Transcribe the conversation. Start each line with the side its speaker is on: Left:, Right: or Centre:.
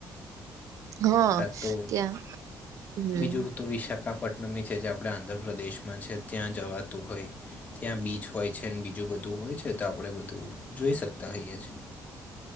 Right: હા
Left: કા તો
Right: ત્યાં હમ
Left: બીજું તો વિશાખાપટ નમ એઈ છે જે આપણે આંધ્રપ્રદેશમાં છે, ત્યાં જવાતું હોય. ત્યાં બી ચ હોય છે ને બીજું બધું હોય છે તો આપણેે બધું જોઈ શકતા હોઈએ છ.